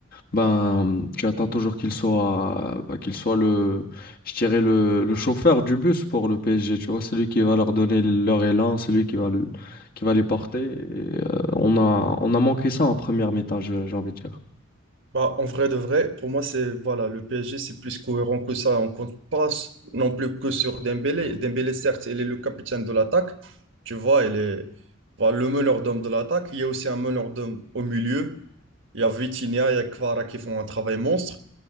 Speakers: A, on the left (about 45°); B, on the right (about 60°).
A: ben, tu attends toujours qu'il soit, ben, qu'il soit le, je dirais le, le chauffeur du bus pour le PSG, tu vois, celui qui va leur donner leur élan, celui qui va, le- qui va les porter. Et, euh, on a, on a manqué ça en première mi-temps, je- j'ai envie de dire.
B: Bah, en vrai de vrai, pour moi, c'est voilà, le PSG, c'est plus cohérent que ça. On compte pas s- non plus que sur Dembélé. Dembélé, certes, il est le capitaine de l'attaque. Tu vois, il est voilà, le meneur d'hommes de l'attaque. Il y a aussi un meneur d'hommes au milieu. Il y a Vitinha, il y a Kvara qui font un travail monstre.